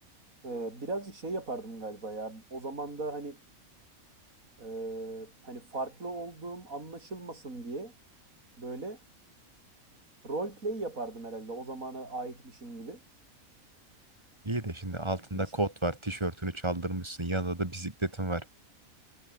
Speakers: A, on the right (about 65°); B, on the right (about 20°).
A: Ee, birazcık şey yapardım galiba ya. O zaman da hani e, hani farklı olduğum anlaşılmasın diye böyle role play yapardım herhalde. O zamana aitmişim gibi.
B: İyi de şimdi altında
A: Bir, bir,
B: kot var, tişörtünü çaldırmışsın, yanında da bisikletin var.